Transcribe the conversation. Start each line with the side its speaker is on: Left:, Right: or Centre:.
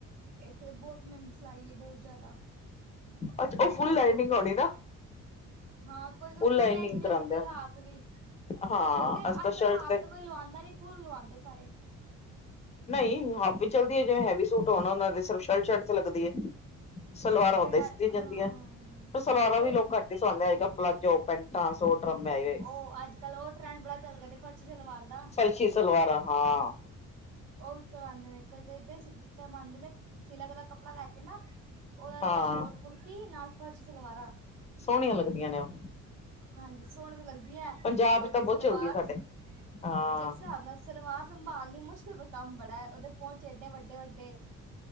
Right: ਇੱਥੇ ਤਾ ਬਹੁਤ ਮਹਿੰਗੀ ਸਿਲਾਈ ਏ ਬਹੁਤ ਜ਼ਿਆਦਾ।
Left: ਅੱਛਾ
Right: ਮਹਿੰਗਾਈ
Left: ਉਹ ਫੁੱਲ ਲਾਈਨਿੰਗ
Right: ਬਹੁਤ
Left: ਹੋਣੀ ਨਾ।
Right: ਹਾਂ ਕੋਈ-ਕੋਈ ਫੁੱਲ
Left: ਲਾਈਨਿੰਗ
Right: ਲਾਇੰਨਗ ਲਿਆਂਦਾ
Left: ਕਰਾਉਂਦੇ
Right: ਕੋਈ
Left: ਆ
Right: ਹਾਫ ਵੀ
Left: ਹਾਂ
Right: ਵੈਸੇ
Left: ਅਸੀ ਤਾਂ
Right: ਅੱਜ-ਕੱਲ੍ਹ
Left: ਸ਼ਰਟ
Right: ਹਾੱਫ ਤੇ ਕੋਈ ਲਵਾਉਂਦਾ ਨੀ ਫੁੱਲ ਲਵਾਉਂਦੇ ਸਾਰੇ
Left: ਨਹੀਂ ਹਾਫ ਵੀ ਚੱਲਦੀ ਹੈ ਜਿਹੜੇ ਹੈਵੀ ਸੂਟ ਹੋਣ ਉਹਨਾਂ ਦੇ ਸਿਰਫ ਸ਼ਰਟ ਸ਼ਰਟ ਤੇ ਲੱਗਦੀ ਹੈ। ਸਲਵਾਰਾਂ
Right: ਜਿਹੜਾ
Left: ਓਦਾਂ ਹੀ ਸਿੱਧੀਆਂ ਜਾਂਦੀਆਂ
Right: ਹਾਂ
Left: ਪਰ ਸਲਵਾਰਾਂ
Right: ਕੋਈ
Left: ਵੀ ਲੋਕ ਘੱਟ। ਸਵਾਉਂਦੇ ਅੱਜ ਕੱਲ ਪਲਾਜੋ ਪੈਂਟਾਂ ਸੋਟ ਡਰਮ ਹੈ <inaudible>
Right: ਉਹ ਅੱਜ ਕੱਲ ਉਹ ਟਰੈਂਡ ਬੜਾ ਚੱਲ ਗਿਆ ਦੇਖੋ। ਵਿੱਚ ਸਲਵਾਰ ਦਾ
Left: ਫਰਸੀ ਸਲਵਾਰਾਂ ਹਾਂ।
Right: ਉਹ ਵੀ ਕਰਵਾਉਂਦੇ ਨੇ ਕਈ-ਕਈ ਤੇ ਇਸ ਤਰਾਂ ਆਂਦੇ ਨੇ ਸਿਲਕ ਦਾ ਕੱਪੜਾ ਲੈ ਕੇ ਨਾ ਉਹਨਾਂ
Left: ਹਾਂ
Right: ਨਾਲ ਸੌਟ ਕੁੜਤੀ ਨਾਲ ਫਰਸ਼ ਸਲਵਾਰਾਂ।
Left: ਸੋਹਣੀਆਂ ਲੱਗਦੀਆਂ ਨੇ ਉਹ
Right: ਹਾਂਜੀ ਸੋਹਣੀ‌ ਤਾਂ ਲੱਗਦੀਆ
Left: ਪੰਜਾਬ
Right: ਪਰ
Left: ਚ
Right: ਜਿਹੜੀ
Left: ਤਾਂ ਬਹੁਤ
Right: ਸਲਵਾਰ
Left: ਚੱਲਦੀ ਹੈ ਸਾਡੇ
Right: ਜਿਸ
Left: ਹਾਂ
Right: ਹਿਸਾਬ ਨਾਲ ਸਲਵਾਰ ਸੰਭਾਲਣੀ ਮੁਸ਼ਕਿਲ ਕੰਮ ਬੜਾ ਉਹਦੇ ਪਹੁੰਚੇ ਏਡੇ ਵੱਡੇ-ਵੱਡੇ।